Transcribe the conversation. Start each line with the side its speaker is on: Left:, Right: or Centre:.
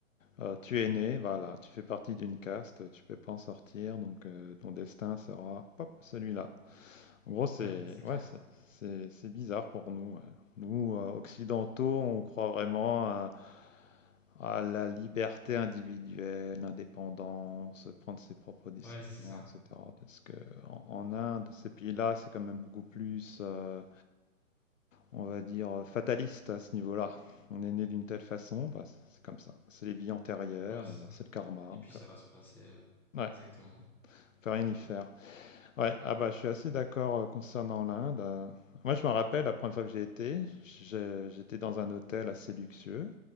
Left: euh, tu es né, voilà, tu fais partie d'une caste, tu peux pas en sortir, donc euh, ton destin sera hop, celui-là. En gros, c'est
Centre: Ouais, c'est clair.
Left: ouais, c'est c'est- c'est bizarre pour nous. ouais. Nous, euh, occidentaux, on croit vraiment à, ah, la liberté individuelle, l'indépendance, prendre ses propres décisions,
Centre: Ouais, c'est ça.
Left: etc. Parce que en, en Inde, ces pays-là, c'est quand même beaucoup plus, euh, on va dire, euh, fataliste à ce niveau-là. On est né d'une telle façon, bah, c'est c'est comme ça. C'est les vies antérieures,
Centre: Ouais, c'est
Left: euh,
Centre: ça.
Left: c'est le karma. On
Centre: Et puis
Left: peut,
Centre: ça va se passer euh,
Left: ouais,
Centre: exactement.
Left: on peut rien y faire. Ouais, ah bah, je suis assez d'accord euh, concernant l'Inde. euh. moi, je me rappelle la première fois que j'ai été, j'ai- j'étais dans un hôtel assez luxueux